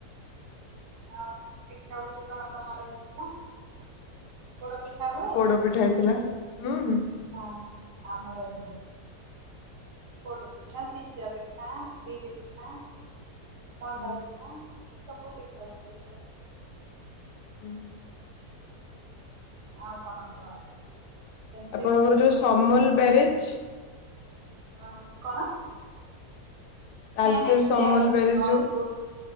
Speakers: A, on the right; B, on the left.
A: ଆଉ ପିଠା ପୁଠି କଣ ତମର ହେଇଥିଲା? ପୋଡ ପିଠା ହୁଏ
B: ପୋଡ ପିଠା ହେଇଥିଲା। ହୁଁ ହୁଁ
A: ହଁ ଆମର ବି ହେଇ ପୋଡ ପିଠା ସିଜା ପିଠା ବିରି ପିଠା। ମଣ୍ଡା
B: ହୁଁ
A: ପିଠା। ସବୁ ପିଠା ପିଠି ହୁଏ।
B: ହୁଁ।
A: ଆଉ କଣ କୁହ। କେମିତି
B: ଆପଣଙ୍କର
A: ଅଛ ତମେ?
B: ଯୋଉ ସମଲ ବ୍ୟାରେ ଅଛି।
A: ହଁ କଣ?
B: ତାଲଚେର
A: ନାଇଁ ନଇଁ
B: ସମଲବେରି
A: ଶିଆଡେ ନାହିଁ ଅନୁଗୁଳ
B: ଯୋଉ